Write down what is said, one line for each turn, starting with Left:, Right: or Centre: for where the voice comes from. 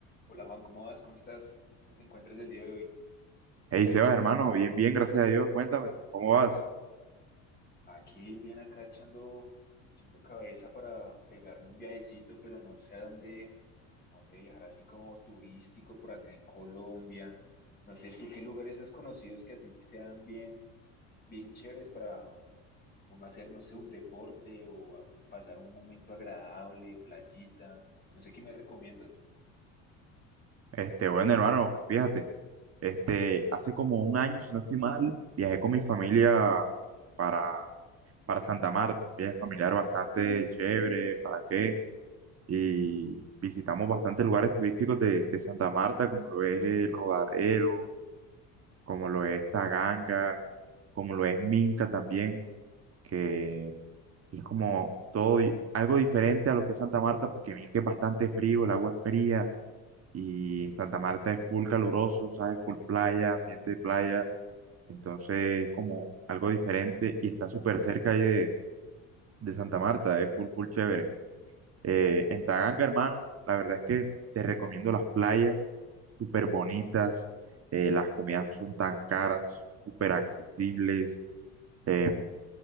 Left: Hola Juan, ¿cómo vas? ¿Cómo estás? ¿Cómo te encuentras el día de hoy?
Right: Hey Sebas, hermano, bien, bien, gracias a Dios. Cuéntame, ¿cómo vas?
Left: Aquí bien acá echando, echando cabeza para pegarme un viajecito, pero no sé a dónde, a dónde viajar así como turístico por acá en Colombia. No sé, ¿tú qué lugares has conocido que así sean bien, bien chéveres para uno hacer, no sé, un deporte o a- pasar un momento agradable, playita? No sé qué me recomiendas.
Right: Este, bueno, hermano, fíjate, este, hace como un año, si no estoy mal, viajé con mi familia para, para Santa Marta, un viaje familiar bastante chévere, ¿para qué? Y visitamos bastantes lugares turísticos de, de Santa Marta, como lo es el Rodadero, como lo es Taganga, como lo es Minca también, que que es como todo di- algo diferente a lo que es Santa Marta, porque Minca es bastante frío, el agua es fría Y en Santa Marta es full caluroso, ¿sabes? Full playa, ambiente de playa. Entonces es como algo diferente y está súper cerca ahí de, de Santa Marta, es full, full chévere. Eh, en Taganga, hermano, la verdad es que te recomiendo las playas, súper bonitas, eh, las comidas no son tan caras, súper accesibles. em,